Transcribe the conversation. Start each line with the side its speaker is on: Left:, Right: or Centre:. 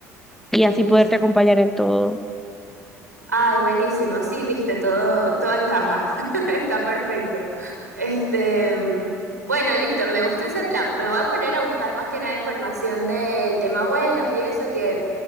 Centre: Y
Right: buenísimo.
Centre: así poderte acompañar en todo.
Right: Ay, buenísimo. Sí, viste, todo, todo encaja. <laughs> Está perfecto. Este, mm, bueno, listo, me gustó ese plan. Me voy a poner a buscar más que nada información del tema vuelos y eso, que